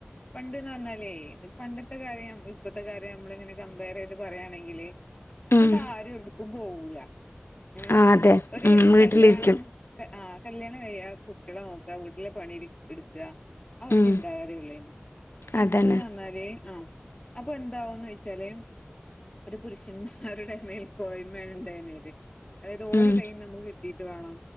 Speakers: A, on the left (about 25°); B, on the left (about 60°).
A: പണ്ട്ന്ന് പറഞ്ഞാലേ പണ്ടത്തെ കാര്യം ഇപ്പഴത്തെ കാര്യം നമ്മളിങ്ങനെ കമ്പയർ ചെയ്ത് പറയയാണെങ്കിൽ <unintelligible>
B: ഉം
A: പണ്ട് ആരും എടുക്കും പോകും കൂല ഏ
B: ആഹ് അതെ
A: ഒരു
B: ഉം വീട്ടിലിരിക്കും
A: കല്യാണം ആ കല്യാണം കഴിയ കുട്ട്യാളെ നോക്കാ വീട്ടിലെ പണി എടുക്ക ആ ഒരു
B: ഉം
A: ചിന്താഗതിയൊള്ളൊരുന്നു പക്ഷെ
B: അതന്നെ
A: ഇപ്പൊന്നറഞ്ഞാല് ആ അപ്പൊ എന്താവുംന്ന് ചെച്ചാലേ അത് പുരുഷന്മാരുടെ മേൽ കോയ്മെണണ്ടായിരുന്നത് അതായത് ഓര്
B: ഉം
A: കൈയും നമുക്ക് കിട്ടിട്ട് വേണോ